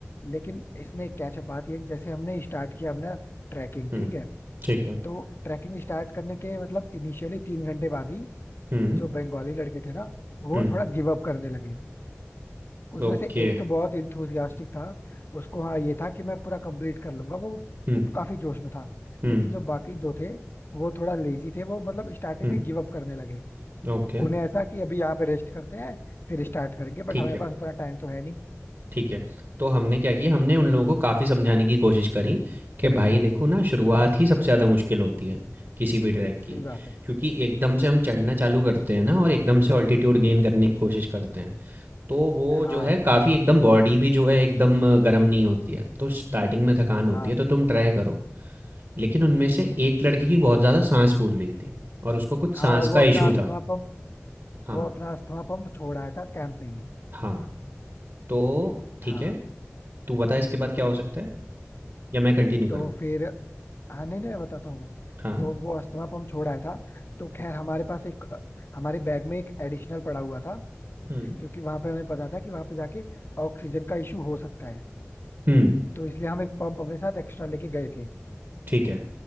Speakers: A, on the left; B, on the right.
A: लेकिन इसमें एक कैचअप बात ये है कि जैसे हमने स्टार्ट किया हमने ट्रैकिंग
B: हुँ,
A: ठीक है
B: ठीक है।
A: तो ट्रैकिंग स्टार्ट करने के मतलब इनिशियली तीन घंटे बाद ही
B: हुँ,
A: जो बंगाली लड़के थे ना वो
B: हुँ,
A: थोड़ा गिव अप करने लगे उसमें
B: ओके।
A: से एक तो बहुत इंथुजियास्टिक था उसको हाँ ये था कि मैं पूरा कंप्लीट कर लूंगा वो
B: हुँ,
A: वो काफी जोश में था
B: हुँ,
A: लेकिन जो बाकी दो थे वो थोड़ा लेजी थे वो मतलब स्टार्टिंग
B: हुँ,
A: में गिव अप करने लगे
B: ओके,
A: उन्हें ऐसा कि अभी यहाँ पे रेस्ट करते हैं फिर स्टार्ट करेंगे बट
B: ठीक
A: हमारे
B: है,
A: पास उतना टाइम तो है नहीं
B: ठीक है। तो हमने क्या किया, हमने उन लोगों को काफ़ी समझाने की कोशिश करी कि भाई देखो ना शुरुआत ही सबसे ज़्यादा मुश्किल होती है, किसी भी ट्रैक की।
A: सही बात है
B: क्योंकि एकदम से हम चढ़ना चालू करते हैं ना और एकदम से ऑल्टीट्यूड गेन करने की कोशिश करते हैं। तो वो
A: हाँ
B: जो है काफ़ी एकदम बॉडी भी जो है एकदम गर्म नहीं होती है तो स्टार्टिंग में थकान
A: हाँ
B: होती है तो तुम ट्राई करो लेकिन उनमें से एक लड़के की बहुत ज़्यादा सांस फूल रही थी और उसको कुछ
A: हाँ
B: सांस
A: और वो
B: का
A: अपना
B: इशू
A: अस्थमा
B: था
A: पंप
B: हाँ
A: वो अपना अस्थमा पंप छोड़ आया था कैंप में ही
B: हाँ तो ठीक
A: हाँ
B: है तू बता इसके बाद क्या हो सकता है या मैं कंटिन्यू करूँ
A: तो फिर हाँ नहीं नहीं मैं बताता हूँ मैं
B: हाँ
A: तो वो अस्थमा पंप छोड़ आया था तो खैर हमारे पास एक हमारे बैग में एक एडिशनल पड़ा हुआ था
B: हम्म
A: क्योंकि वहां पे हमें पता था कि वहां पे जाके ऑक्सीजन का इशू हो सकता है
B: हम्म
A: तो इसलिए हम एक पंप अपने साथ एक्स्ट्रा लेके गए थे
B: ठीक है